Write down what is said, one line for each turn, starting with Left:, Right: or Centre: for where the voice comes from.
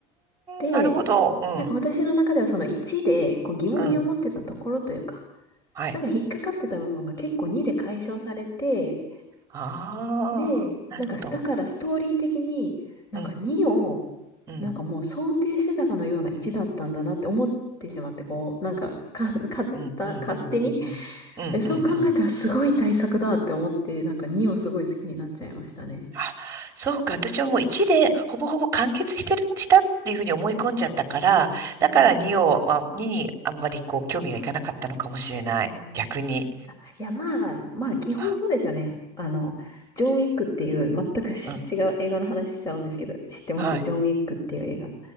Left: で、
Right: ん、なるほど。うん、
Left: なんか私の中ではその1でこう疑問に思ってたところというか、
Right: うん。はい。
Left: なんか引っかかってた部分が結構2で解消されて、
Right: ああ、
Left: で、
Right: なるほど。
Left: なんか、だからストーリー的に、なんか2を、
Right: うん、うん、
Left: なんかもう想定してたかのような1だったんだなって思ってしまって、こう、なんか、か、かった勝手に
Right: うん、うん、うん、うん、
Left: <laughs>。
Right: うん、うん、
Left: えそう考えたらすごい対策だって思って、
Right: うん。うん
Left: なんか2をすごい好きになっちゃいましたね。
Right: あ、そうか。私はもう1でほぼほぼ完結してる、したっていうふうに思い込んじゃったから、
Left: うん
Right: だから2を、まあ、2にあんまりこう興味がいかなかったのかもしれない。
Left: うん。
Right: 逆に。
Left: あ、いや、まあ、まあ、基本そうですよね。
Right: あ
Left: あの、ジョン・ウィックっていう、全くし違う映画の話しちゃうんですけど、
Right: うん、
Left: 知ってますジョン・
Right: はい。
Left: ウィックっていう映画。